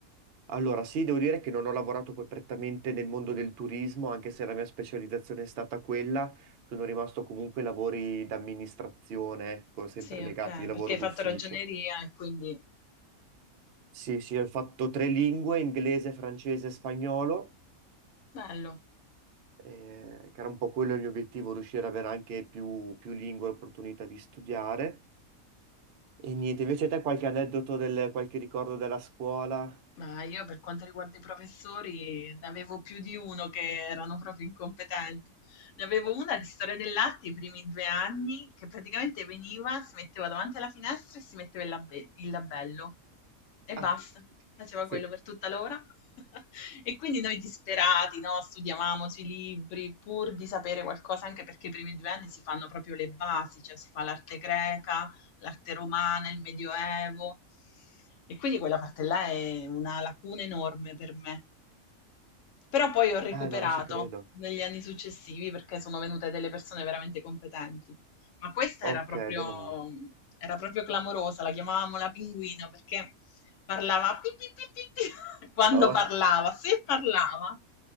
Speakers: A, on the right; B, on the left.
A: allora sì, devo dire che non ho lavorato poi prettamente nel mondo del turismo, anche se la mia specializzazione è stata quella, sono rimasto comunque ai lavori d'amministrazione, ecco, sempre
B: Sì, ok,
A: legati al lavoro
B: perché hai
A: d'ufficio.
B: fatto ragioneria e quindi
A: Sì, sì, ho fatto tre lingue, inglese, francese e spagnolo,
B: bello.
A: eh, che era un po' quello il mio obiettivo, riuscire ad avere anche più, più lingue, l'opportunità di studiare. E niente, invece te qualche aneddoto, del, qualche ricordo della scuola?
B: Ma io per quanto riguarda i professori ne avevo più di uno che erano proprio incompetenti. Ne avevo una di storia dell'arte i primi due anni che praticamente veniva, si metteva davanti alla finestra e si metteva il, labe- il labello e
A: Ah,
B: basta, faceva
A: Sì.
B: quello per tutta l'ora. <laughs> E quindi noi disperati, no? Studiavamo sui libri pur di sapere qualcosa, anche perché i primi due anni si fanno proprio le basi, cioè si fa l'arte greca, l'arte romana, il Medioevo. E quindi quella parte là è una lacuna enorme per me. Però poi ho recuperato
A: ah no, ci credo.
B: negli anni successivi perché sono venute delle persone veramente competenti. Ma questa
A: Ok,
B: era proprio,
A: meno male.
B: era proprio clamorosa, la chiamavamo la pinguino perché parlava pi, pi, pi, pi, pi, <laughs> quando
A: Oh,
B: parlava, se parlava,